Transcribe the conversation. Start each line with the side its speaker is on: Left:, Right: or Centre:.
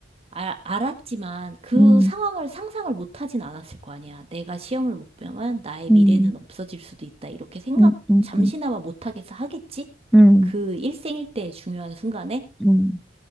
Right: 알 알았지만 그
Centre: 음,
Right: 상황을 상상을 못 하진 않았을 거 아니야. 내가 시험을 못 보면 나의 미래는
Centre: 음,
Right: 없어질 수도 있다. 이렇게 생각
Centre: 음, 음,
Right: 잠시나마
Centre: 음,
Right: 못 하겠어 하겠지?
Centre: 음,
Right: 그 일생일대의 중요한 순간에?
Centre: 음.